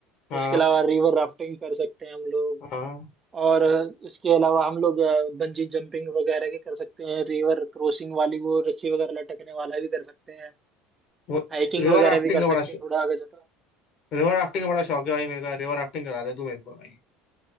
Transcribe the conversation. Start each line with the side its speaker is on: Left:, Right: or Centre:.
Left: हाँ
Right: उसके अलावा रिवर राफ्टिंग कर सकते हैं हम लोग
Left: हाँ
Right: और इसके अलावा हम लोग बंजी जंपिंग वगैरह भी कर सकते हैं रिवर क्रॉसिंग वाली वो रस्सी वगैरह लटकने वाला भी कर सकते हैं
Left: वो
Right: हाइकिंग
Left: रिवर
Right: वगैरह
Left: राफ्टिंग
Right: भी कर
Left: का बड़ा
Right: सकते
Left: शौक
Right: हैं थोड़ा आगे जाता
Left: रिवर राफ्टिंग का बड़ा शौक है भाई मेरे का रिवर राफ्टिंग करा दे तू मेरे को भाई